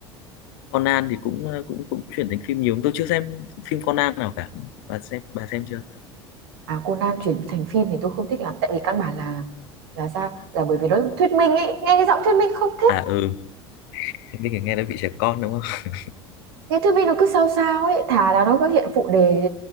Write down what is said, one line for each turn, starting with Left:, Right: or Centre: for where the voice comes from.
Left: Conan thì cũng ờ, cũng cũng chuyển thành phim nhiều tôi chưa xem phim Conan nào cả bà xem bà xem chưa
Right: à Conan chuyển thành phim thì tôi không thích lắm tại vì căn bản là là sao là bởi vì nó thuyết minh ấy nghe cái giọng thuyết minh không
Left: à ừ Minh thì nghe nói bị trẻ con đúng không <laughs>
Right: nghe thuyết minh nó cứ sao sao ấy thà là nó cứ hiện phụ đề